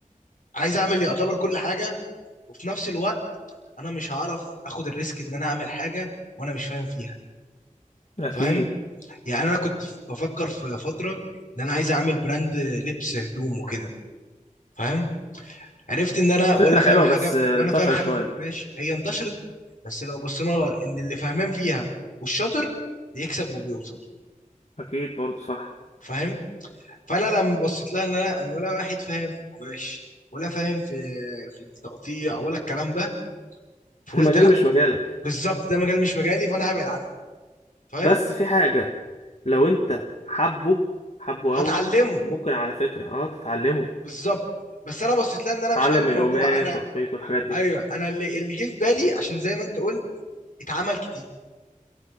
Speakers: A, on the left; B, on the left.
A: عايز اعمل يعتبر كل حاجه وفي نفس الوقت انا مش هعرف اخد الريسك ان انا اعمل حاجه وانا مش فاهم فيها
B: اكيد
A: فاهم يعني انا كنت ف- بفكر في فتره ان انا عايز اعمل براند لبس هدوم وكده فاهم عرفت ان انا
B: فكره
A: ولا فاهم
B: حلوه
A: حاجه
B: بس أه،
A: وانا
B: انتشرت
A: فاهم حاجه
B: شويه
A: في القماش هي انتشرت بس لو بصينا لها ان اللي فاهمان فيها والشاطر بيكسب وبيوصل
B: اكيد برضو صح
A: فاهم فانا لما بصيت لها ان انا انا ولا واحد فاهم في القماش ولا فاهم في في التقطيع ولا الكلام ده فقلت
B: <laughs> المجال
A: لا
B: مش مجالك
A: بالظبط ده مجال مش مجالي فانا هبعد عنه فاهم
B: بس في حاجة لو انت حبه حبه
A: هتعلمه
B: قوي ممكن على فكرة اه تتعلمه
A: بالظبط بس انا بصيت لها ان انا مش
B: تتعلم
A: حابب الموضوع
B: القماش
A: انا
B: والخيط والحاجات دي
A: ايوه انا اللي اللي جه في بالي عشان زي ما انت قلت اتعمل كتير